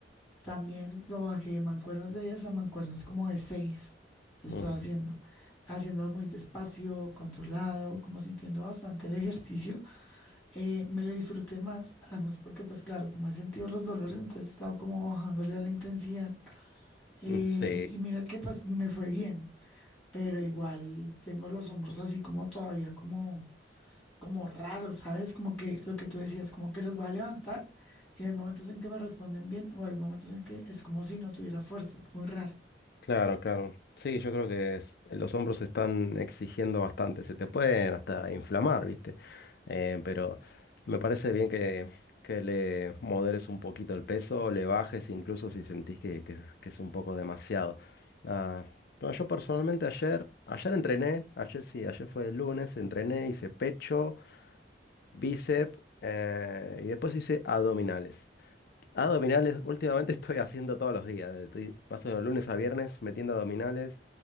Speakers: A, on the left; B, on the left.
A: También lo bajé de mancuernas de 10 a mancuernas como de seis lo
B: Ujú.
A: Estoy haciendo, haciéndolo muy despacio, controlado, como sintiendo bastante el ejercicio. Eh, me lo disfruté más, además porque pues claro, como he sentido los dolores, entonces he estado como bajándole a la intensidad. Eh,
B: Sí,
A: y mira que pues me fue bien, pero igual tengo los hombros así como todavía como como raros, ¿sabes? Como que lo que tú decías, como que los va a levantar y hay momentos en que me responden bien o hay momentos en que es como si no tuviera fuerzas, muy raro.
B: Claro, claro. Sí, yo creo que es- los hombros se están exigiendo bastante. Se te pueden hasta inflamar, ¿viste? Eh, pero me parece bien que, que le moderes un poquito el peso, le bajes incluso si sentís que, que- es que es un poco demasiado. Ah, no, yo personalmente ayer, ayer entrené, ayer sí, ayer fue el lunes, entrené, hice pecho, bíceps eh, y después hice abdominales abdominales, últimamente estoy haciendo todos los días. Estoy más o menos lunes a viernes metiendo abdominales.